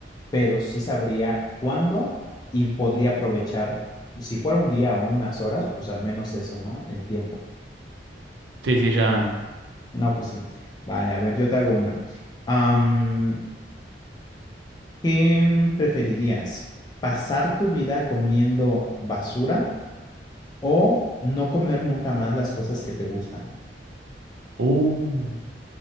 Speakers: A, on the left; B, on the right.
A: pero sí sabría cuándo y podría aprovechar, si fuera un día o unas horas, pues al menos eso, ¿no? El tiempo.
B: sí, sí, ya.
A: No, pues sí. Vale, a ver, yo te hago una. Am, ¿qué preferirías? ¿Pasar tu vida comiendo basura o no comer nunca más las cosas que te gustan?
B: Uh.